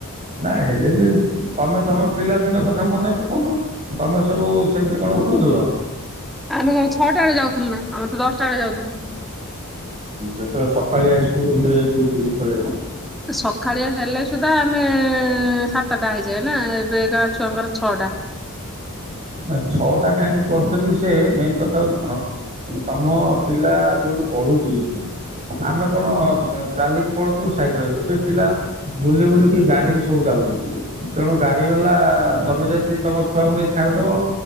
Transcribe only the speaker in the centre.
ଆମେ କ ଛଟା ଏଳେ ଯାଉଥିଲୁ ନା ଆମେ ତ ଦଶଟା ଏଳେ ଯାଉଥିଲୁ।
ସଖାଳିଆ ହେଲେ, ସେଟା ଆମେ ସାତଟା ହେଇଯାଏ ନା ଏବେ କା ଛୁଆଙ୍କର ଛଅଟା,